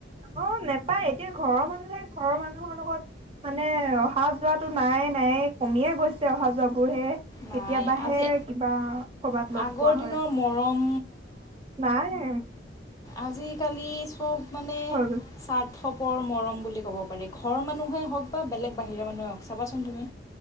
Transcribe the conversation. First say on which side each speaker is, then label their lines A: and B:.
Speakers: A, on the right; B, on the left.
A: অ, নেপায় এতিয়া ঘৰৰ মানুহে ঘৰৰ মানুহৰ লগত মানে অহা যোৱাটো নাই নায়েই কমিয়ে গৈছে অহা যোৱাবোৰ হে
B: নাই
A: কেতিয়াবাহে
B: আজি
A: কিবা কবাত লগ
B: আগৰ
A: পোৱা
B: দিনৰ
A: হয়।
B: মৰম
A: নাই নাই।
B: আজিক আজিকালি চব মানে
A: গৈছে
B: স্বাৰ্থপৰ মৰম বুলি ক'ব পাৰি ঘৰৰ মানুহেই হওক বা বেলেগ বাহিৰা মানুহে হওক চাবাচোন তুমি